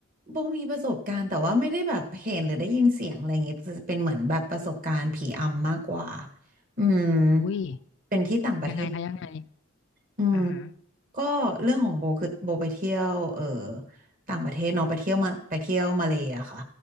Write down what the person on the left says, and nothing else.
อุ้ย
ยังไงคะยังไง
อ่าฮะ